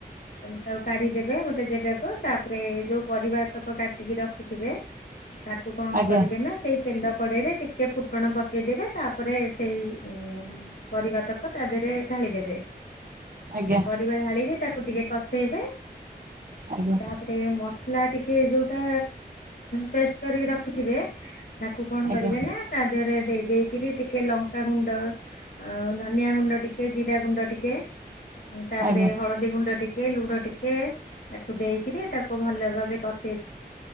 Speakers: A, on the left; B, on the right.
A: ତାକୁ କାଢିଦେବେ ଗୋଟେ ଜେଗାକୁ ତାପରେ ଯୋଉ ପରିବା ତକ କାଟିକି ରଖିଥିବେ ତାକୁ କଣ
B: ଆଜ୍ଞା
A: କରିବେ ନା ସେଇ ତେଲ କଡ଼େଇରେ ଟିକେ ଫୁଟଣ ପକେଇଦେବେ ତାପରେ ସେଇ ପରିବା ତକ ତା ଦେହରେ ଢାଳି ଦେବେ
B: ଆଜ୍ଞା
A: ଆଉ ପରିବାର ହାଳିକି ତାକୁ ଟିକେ କଷେଇବେ
B: ଆଜ୍ଞା
A: ତାପ ଗଟେ ମସଲା ଟିକେ ଯୋଉଟା ପେଷ୍ଟ କରିକି ରଖିଥିବେ ତାକୁ କଣ
B: ଆଜ୍ଞା
A: କରିବେ ନା ତା ଦେହରେ ଦେଇ ଦେଇକରି ଟିକେ ଲଙ୍କ କା ଗୁଣ୍ଡ ଆଉ ଧନିଆ ଗୁଣ୍ଡ ଟିକେ ଜିରା ଗୁଣ୍ଡ ଟିକେ ତାପରେ
B: ଆଜ୍ଞା ଆଜ୍ଞା
A: ହଳଦୀ ଗୁଣ୍ଡ ଟିକେ ଲୁଣ ଟିକେ ତାକୁ ଦେଇକିରି ତାକୁ ଭଲ ଭାବେ କଷେଇ